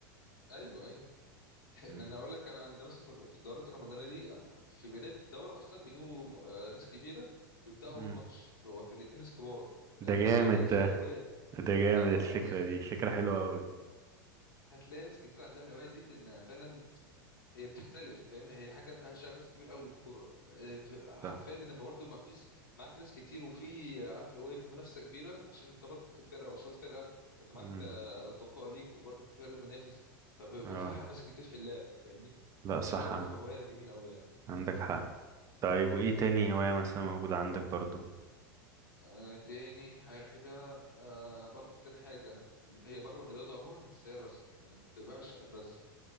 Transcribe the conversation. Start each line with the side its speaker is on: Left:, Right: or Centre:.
Left: ايوه ايوه لان
Right: امم
Left: انا اقول لك انا عندنا مثلا في في الدورات الرمضانيه دي في بدايه الدوره اصلا بيجيبوا م- آه، ناس كبيره بيبداوا اول
Right: امم
Left: ماتش بيبقى فرقتين ناس كبار هتلاقي
Right: ده جامد
Left: الناس دي عندها لسه
Right: ده
Left: الهوايه
Right: ده جامد
Left: اه
Right: الفكرة
Left: اه <laughs>
Right: دي فكرة حلوة قوي
Left: هتلاقي ناس كتير عندها الهوايه دي لان فعلا هي بتختلف فاهم هي حاجه فيها شغف كبير قوي الكوره آه، في-
Right: صح
Left: حرفيا ان يبقى برضه ما فيش معاك ناس كتير وفي عارف لو ايه في منافسه كبيره عشان انت برضه فرقه قصاد فرقه انت معاك
Right: امم
Left: آه، اصدقاء ليك وبرضه في فريق منافس فبيبقى
Right: اه
Left: فيها حماس كتير في اللعب فاهمني
Right: لا صح
Left: عشان كده بتبقى
Right: عن-
Left: هوايه جميله قوي يعني
Right: عندك حق طيب وايه تاني هواية مثلا موجودة عندك برضو
Left: آه تاني حاجة آه برضو تاني حاجة هي بره الرياضة عموما بس هي الرسم أنا كنت بعشق الرسم